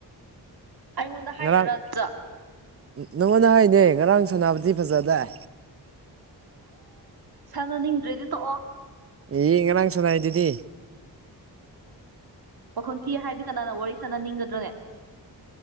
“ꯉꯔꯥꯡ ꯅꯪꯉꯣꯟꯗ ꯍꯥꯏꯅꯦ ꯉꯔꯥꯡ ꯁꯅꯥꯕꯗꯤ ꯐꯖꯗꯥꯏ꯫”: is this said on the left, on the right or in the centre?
Right